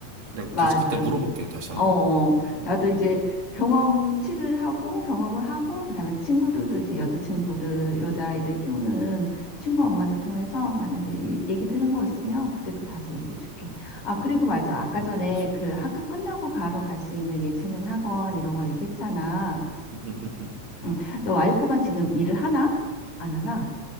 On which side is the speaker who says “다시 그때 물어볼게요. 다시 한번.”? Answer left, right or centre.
Right